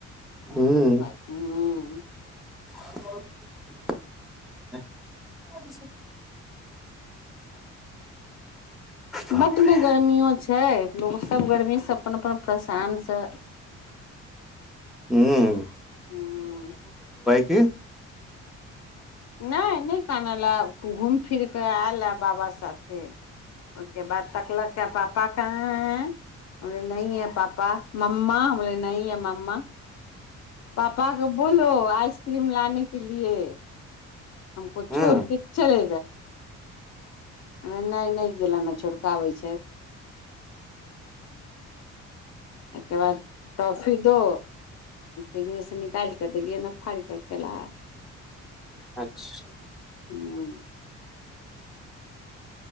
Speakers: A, in the centre; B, on the left (about 60°).
A: हम्म
B: सेहो बात ह।
A: <unintelligible> बाप
B: बड़ी
A: रे।
B: गर्मियओ छै लोक सभ गर्मी सँ अपन अपन परेशान सँ,
A: हम्म
B: ह्म
A: के
B: नहि नहि कानल हए घूमि फिरि कऽ आयल हए बाबा साथे ओहि के बाद तकलक पापा कहाँ है, हम बोले नहि हए पापा, मम्मा हम बोले नहि हे मम्मा। पापा के बोलो आइसक्रीम लाने के लिए। हमको छोड़
A: हँ
B: के चले हे नई नई इहे ला न छिड़कावे छै, ओके बाद टॉफी दो। बिजनेस निकालि कऽ देलियै ने फड़ कऽ केला
A: अच्छा
B: ह्म्म